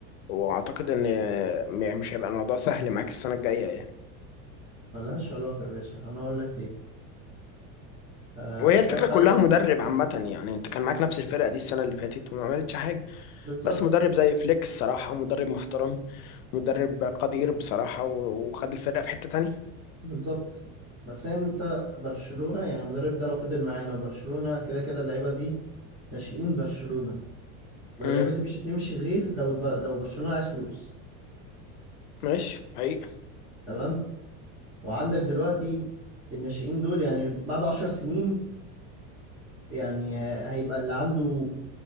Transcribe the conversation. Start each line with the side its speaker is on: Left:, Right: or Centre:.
Left: واعتقد ان آه، م- مش هيبقى الموضوع سهل معاك السنه الجايه يعني
Right: ملهاش علاقه يا باشا انا اقول لك ليه آه
Left: وهي الفكره
Right: اول حاجه
Left: كلها مدرب عامه يعني انت كان معاك نفس الفرقه دي السنه اللي فاتت وما عملتش حاجه
Right: بالظبط
Left: بس مدرب زي فليك الصراحه مدرب محترم مدرب قدير بصراحه و- وخد الفرقه في حته تانية
Right: بالظبط بس انت برشلونه يعني المدرب ده لو فضل معانا وبرشلونه كده كده اللعيبه دي ناشئين برشلونه اللعيبه
Left: امم
Right: دي مش هتمشي غير لو الب... لو برشلونه عايز فلوس
Left: ماشي حقيقي
Right: تمام وعندك دلوقتي الناشئين دول يعني بعد 10 سنين يعني ه- هيبقى اللي عنده